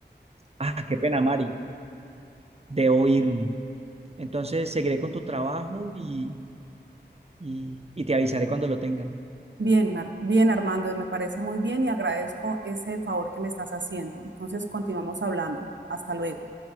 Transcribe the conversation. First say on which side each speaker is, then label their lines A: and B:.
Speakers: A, on the right; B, on the right.
A: Ah, qué pena, Mari, debo irme. Entonces, seguiré con tu trabajo y y, y te avisaré cuando lo tenga.
B: Bien, Mar- bien Armando, me parece muy bien y agradezco ese favor que me estás haciendo. Entonces continuamos hablando. Hasta luego.